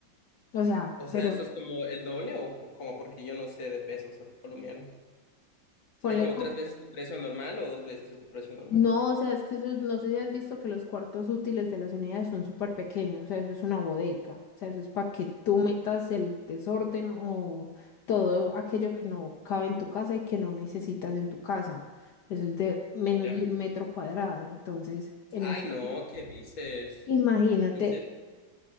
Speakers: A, on the left; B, on the left.
A: O sea,
B: O sea,
A: pero
B: eso es como el doble o o como porque yo no sé de pesos colombianos. ¿Sería
A: ponle
B: como
A: como...
B: tres veces el precio normal o dos veces el precio normal?
A: No, o sea, es que eso, no sé si has visto que los cuartos útiles de las unidades son súper pequeños, o sea, eso es una bodega, o sea, eso es para que tú metas el desorden o todo aquello que no cabe en tu casa y que no necesitas en tu casa. Eso es de menos
B: Ya.
A: de un metro cuadrado, entonces, en
B: Ay,
A: esos
B: no,
A: días.
B: ¿qué dices?
A: Imagínate,
B: ¿En serio?